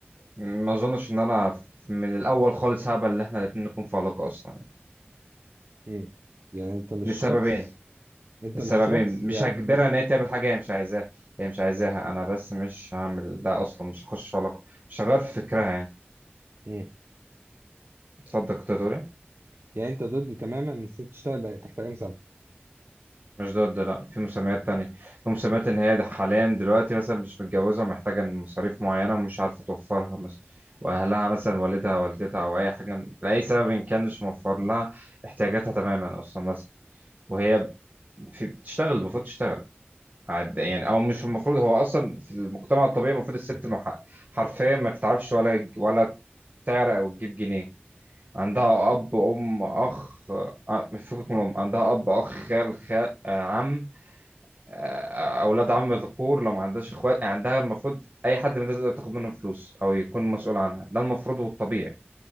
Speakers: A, on the right (about 45°); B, on the right (about 80°).
A: ما اظنش ان انا من الاول خالص هقبل ان احنا الاتنين نكون في علاقة اصلا يعني.
B: مم. يعني انت مش
A: لسببين
B: شخص انت
A: السببين
B: مش شخص بيعت...
A: مش هجبرها
B: بي...
A: ان هي تعمل حاجه هي مش عايزاها هي مش عايزاها انا بس مش هعمل ده اصلا مش هخش في علاقه مش هغير في فكرها يعني
B: مم.
A: اتفضل كنت هتقول ايه
B: يعني انت ضد تماما ان الست تشتغل بقى تحت اي مسمى
A: مش ضد لا في مسميات تانية في مسميات ان هي ده حاليا دلوقتي مثلا مش متجوزه ومحتاجه إن مصاريف معينه ومش عارفه توفرها مثلا واهلها مثلا والدها والدتها او اي حاجه لاي سبب ان كان مش موفر لها احتياجاتها تماما اصلا مثلا وهي في بتشتغل المفروض تشتغل عاد يعني او مش المفروض هو اصلا في المجتمع الطبيعي المفروض الست مح- حرفيا ما تتعبش ولا ولا تعرق او تجيب جنيه عندها اب ام اخ آه، فكك من الام عندها اب اخ خال خال عم آه، اولاد عم ذكور لو ما عندهاش اخوات يعني عندها المفروض اي حد من ده تقدر تاخد منه فلوس او يكون مسؤول عنها ده المفروض والطبيعي